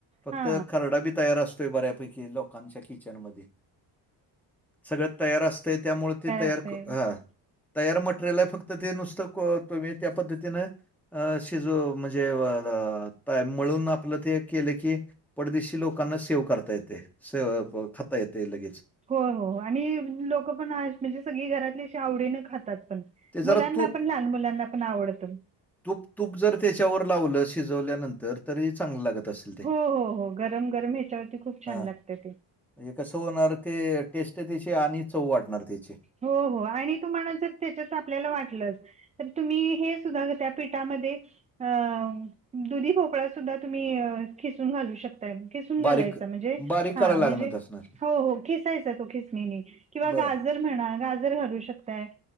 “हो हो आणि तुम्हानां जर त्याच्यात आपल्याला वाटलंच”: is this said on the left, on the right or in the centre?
Right